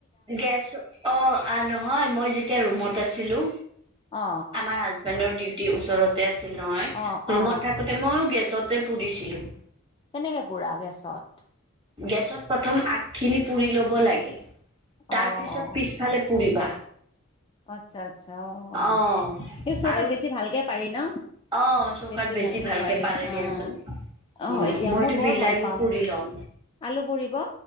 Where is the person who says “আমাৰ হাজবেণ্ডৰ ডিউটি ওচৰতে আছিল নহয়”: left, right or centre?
Right